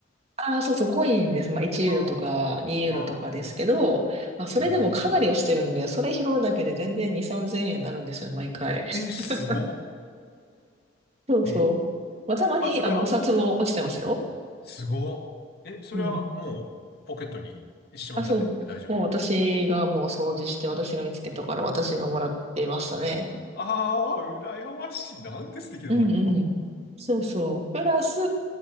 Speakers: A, on the right; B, on the left.
A: ああ、そうそう、コインです。まあ、1ユーロとか2ユーロとかですけど、
B: ああ、ああ、
A: まあ、それでもかなり落ちてるんで、
B: えー、
A: それ拾うだけで全然2、3000円になるんですよ、毎回。<laughs>
B: えすごっ。
A: そうそう。
B: え
A: まあ、たまに、
B: あ、それは、
A: あの、お札も落ちてますよ。
B: すごっ。え、それはもう、
A: うん。
B: ポケットにしまっちゃって大丈夫
A: あ、そう。もう私がもう掃除して、私が見つけたから私がもらってましたね。
B: ああ、羨ましい。なんて素敵なバイト。
A: うんうん。そうそう。プラス、